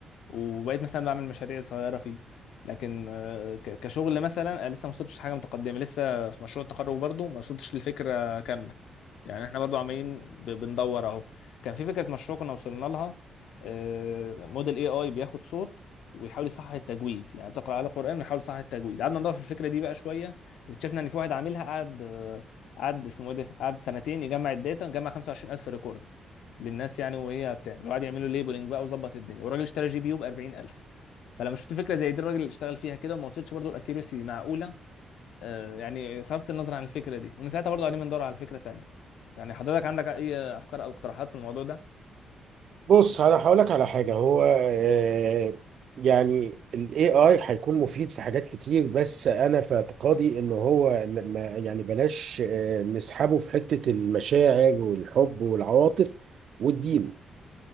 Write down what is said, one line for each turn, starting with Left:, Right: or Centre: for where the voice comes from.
Left: وبقيت مثلا بعمل مشاريع صغيره فيه لكن آه، ك- كشغل مثلا أنا لسه ما وصلتش حاجه متقدمه لسه في مشروع التخرج برضه ما وصلتش للفكره كامله يعني احنا برضو عمالين ب- بندور اهو كان في فكره مشروع كنا وصلنا لها آه، موديل اي اي بياخد صوت ويحاول يصحح التجويد يعني تقرا على قران ويحاول يصحح التجويد قعدنا ندور في الفكره دي بقى شويه اكتشفنا ان في واحد عاملها قعد آه، قعد اسمه ايه ده قعد سنتين يجمع الداتا جمع 25000 ريكورد للناس يعني وهي بتعمل وقعد يعملوا ليبلنج بقى وظبط الدنيا والراجل اشترى جي بي يو ب 40000 فلما شفت فكره زي دي الراجل اشتغل فيها كده وما وصلش برضه الاكيرسي معقوله آه، يعني صرفت النظر عن الفكره دي ومن ساعتها برضو قاعدين بندور على فكره تانية يعني حضرتك عندك اي افكار او اقتراحات في الموضوع ده
Right: بص انا هقولك على حاجة هو آه، يعني ال AI هيكون مفيد في حاجات كتير بس انا في اعتقادي ان هو لما يعني بلاش آه، نسحبه في حتة المشاعر والحب والعواطف والدين